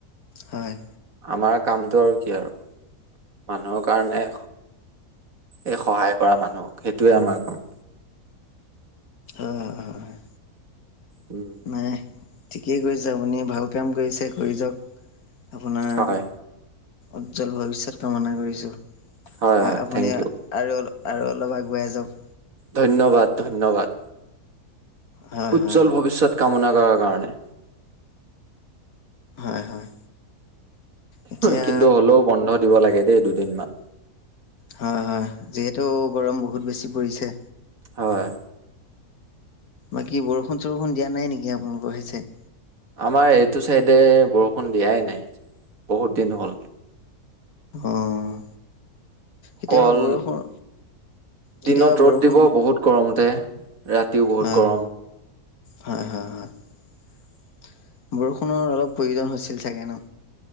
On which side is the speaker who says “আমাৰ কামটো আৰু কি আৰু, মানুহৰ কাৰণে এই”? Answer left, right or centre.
Right